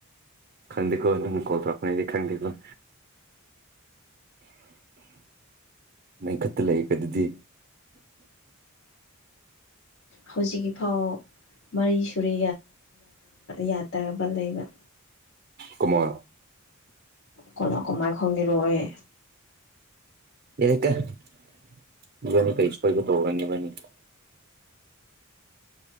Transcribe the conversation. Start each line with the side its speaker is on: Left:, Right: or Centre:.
Right: ꯈꯪꯗꯦꯀꯣ ꯅꯪꯅꯥ ꯀꯣꯜ ꯇꯧꯔꯛꯄꯥꯅꯤ ꯑꯩꯗꯤ ꯈꯪꯗꯦꯀꯣ ꯅꯪ ꯈꯨꯠꯇꯥ ꯂꯩꯌꯦꯀꯣ ꯑꯗꯨꯗꯤ
Left: ꯍꯧꯖꯤꯛꯀꯤ ꯐꯥꯎ ꯃꯔꯤ ꯁꯨꯔꯦ ꯌꯥꯗꯕꯥ ꯂꯩꯕ
Right: ꯀꯃꯥꯏ
Left: ꯀꯩꯅꯣ ꯀꯃꯥꯏꯅꯥ ꯈꯪꯒꯦꯔꯣ ꯑꯩ
Right: <unintelligible>